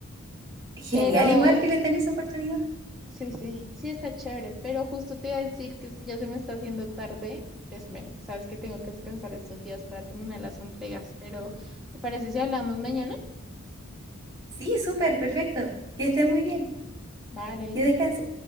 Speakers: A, on the right; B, in the centre.
A: genial,
B: pero
A: igual que les den esa oportunidad.
B: sí, sí, sí está chévere, pero justo te iba a decir que es que ya se me está haciendo tarde, pues bueno, sabes que tengo que descansar estos días para terminar las entregas, pero ¿te parece si hablamos mañana?
A: Sí, súper, perfecto. Que estés muy bien,
B: Vale.
A: que descanses.